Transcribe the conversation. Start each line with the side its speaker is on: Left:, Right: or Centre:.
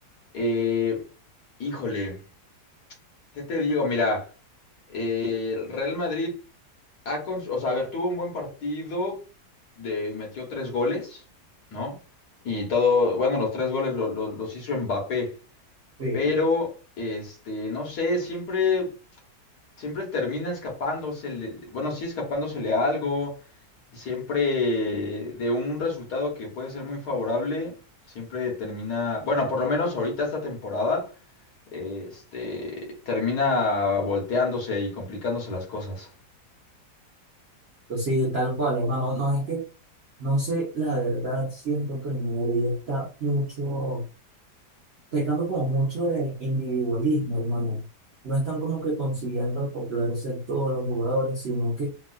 Left: Eh, híjole, ¿qué te digo? Mira, eh, el Real Madrid ha cons- o sea, a ver, tuvo un buen partido, de, metió tres goles, ¿no? Y todo, bueno, los tres goles lo- lo- los hizo Mbappé,
Right: Sí.
Left: pero este, no sé, siempre. siempre termina escapándosele, bueno, sí escapándosele a algo, y siempre de un resultado que puede ser muy favorable, siempre termina, bueno, por lo menos ahorita esta temporada, eh, este, termina volteándose y complicándose las cosas.
Right: Pues sí, tal cual, hermano. No es que, no sé, la verdad, siento que el Madrid está mucho. pecando como mucho de individualismo, hermano. No están como que consiguiendo acoplarse todos los jugadores, sino que